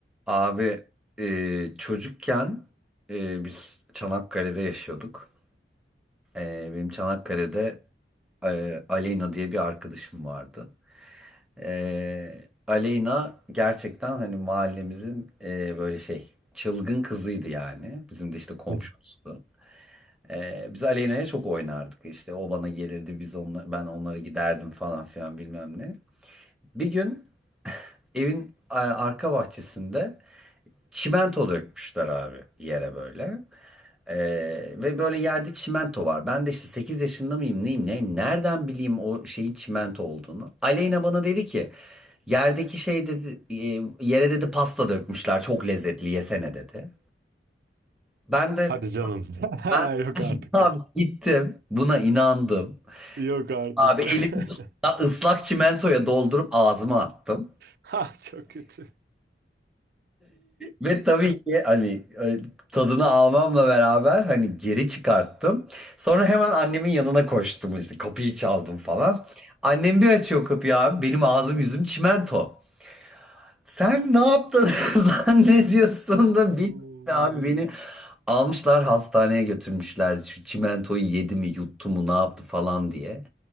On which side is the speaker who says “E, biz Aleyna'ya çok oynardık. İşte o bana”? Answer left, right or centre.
Centre